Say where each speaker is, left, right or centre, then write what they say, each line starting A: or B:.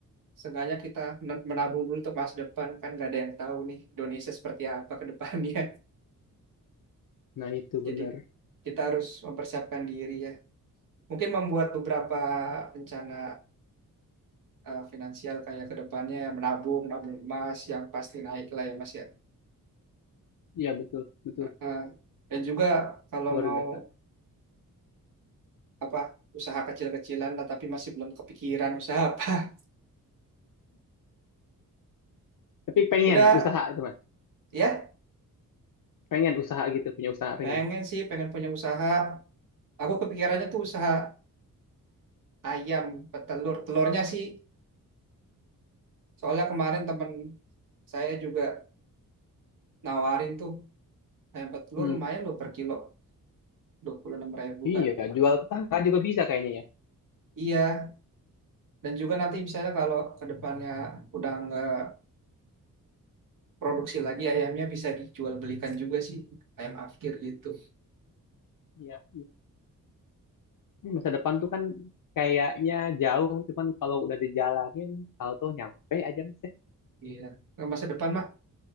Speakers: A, on the right; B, on the left.
A: seenggaknya kita men- menabung dulu untuk masa depan kan nggak ada yang tahu nih Indonesia seperti apa ke depannya.
B: Nah
A: <laughs>
B: itu
A: Jadi
B: benar.
A: kita harus mempersiapkan diri ya. Mungkin membuat beberapa rencana eh, finansial kayak ke depannya menabung, menabung emas yang pasti naik lah ya Mas ya.
B: Iya betul, betul,
A: Nah, dan juga kalau
B: luar
A: mau
B: biasa.
A: apa usaha kecil-kecilan lah tapi masih belum kepikiran usaha apa.
B: Tapi pengen
A: <laughs> Udah
B: usaha itu mas,
A: ya,
B: pengen usaha gitu, punya usaha pengen.
A: pengen sih pengen punya usaha. Aku kepikirannya tuh usaha ayam petelur. Telurnya sih soalnya kemarin temen saya juga nawarin tuh ayam petelur
B: Hmm.
A: lumayan loh per kilo dua puluh enam ribu
B: Iya,
A: kan.
B: jual tetangga juga bisa kayaknya ya.
A: Iya, dan juga nanti misalnya kalau ke depannya udah nggak produksi lagi ayamnya bisa dijual belikan juga sih ayam afkir gitu.
B: Iya, iya. Ini masa depan tuh kan kayaknya jauh, cuman kalau udah dijalanin, tahu tuh nyampe aja mas ya.
A: Iya, ke masa depan mah